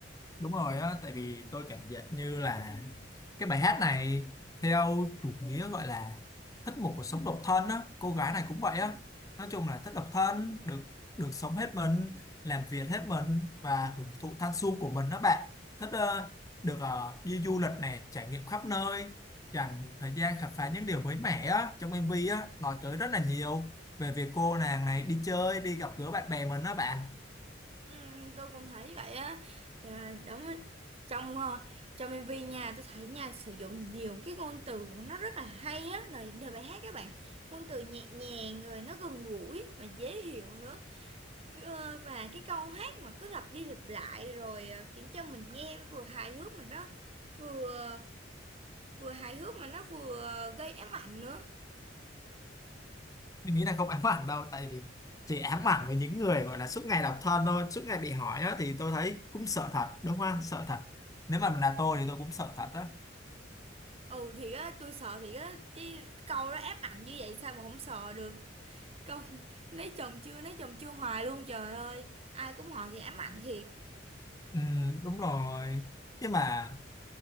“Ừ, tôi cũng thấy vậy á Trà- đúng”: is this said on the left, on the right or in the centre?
Right